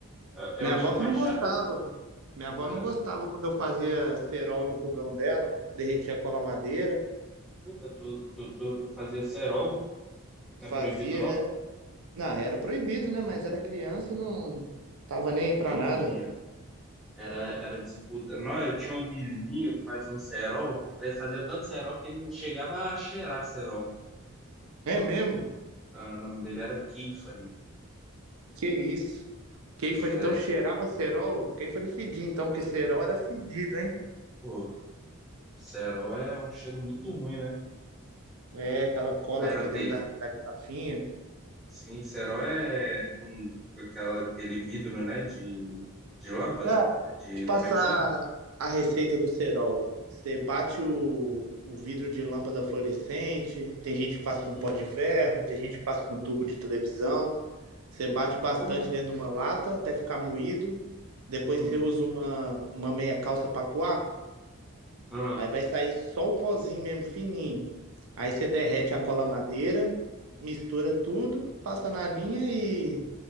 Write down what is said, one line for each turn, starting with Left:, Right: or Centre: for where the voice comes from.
Centre: Eu, eu
Right: Minha
Centre: acho
Right: avó
Centre: que
Right: que
Centre: o mais
Right: não
Centre: chato
Right: gostava.
Centre: é...
Right: Minha avó
Centre: Ah,
Right: não gostava quando eu fazia cerol no fogão dela, derretia cola madeira,
Centre: puta, tu, tu, tu, tu fazia cerol? Não
Right: fazia.
Centre: é proibido, não?
Right: é. Não, era proibido, né? Mas era criança, não tava nem aí pra
Centre: Comedia.
Right: nada.
Centre: Era, era disputa. Não, eu tinha um vizinho que fazia um cerol. Ele fazia tanto cerol que ele chegava a cheirar cerol.
Right: É mesmo?
Centre: Ah, o nome dele era Keifany.
Right: Que isso. Kefir
Centre: Sério.
Right: então cheirava cerol? Kefir não fedia então, porque cerol era fedido, hein?
Centre: Pô, cerol é um cheiro muito ruim, né?
Right: É, aquela cola
Centre: Era
Right: fica
Centre: o
Right: dentro
Centre: quê?
Right: da, da garrafinha.
Centre: Sim, cerol é com aquela, aquele vidro, né? De, de lâmpada.
Right: Cara,
Centre: É De,
Right: te passar
Centre: como é que chama?
Right: a receita do cerol. Você bate o, o vidro de lâmpada fluorescente, tem gente que faz
Centre: Uhum.
Right: com pó de ferro, tem gente que faz com tubo de televisão. Você bate bastante
Centre: Porra.
Right: dentro de uma lata até ficar moído. Depois
Centre: Hum,
Right: você usa uma, uma meia calça para coar.
Centre: hum,
Right: Aí
Centre: Ah.
Right: vai sair só o pozinho mesmo, fininho. Aí você derrete
Centre: uhum.
Right: a cola madeira, mistura tudo, passa na linha e,